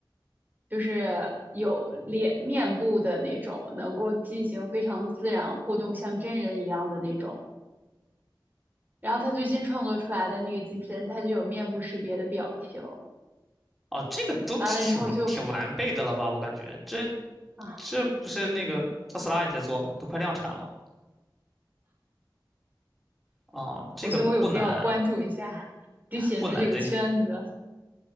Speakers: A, on the right; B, in the centre.
A: 就是有脸面部的那种，能够进行非常自然互动，像真人一样的那种。然后他最新创作出来的那个机器人，它就有面部识别的表情，
B: 哦，这个都挺挺完备的了吧？
A: 完了之后就
B: 我感觉这
A: 啊。
B: 这不是那个特斯拉也在做吗？
A: 是吗？
B: 都快量产了啊，这个不难
A: 我觉得我有必要关注一下机器人的这个圈子。
B: 不难，这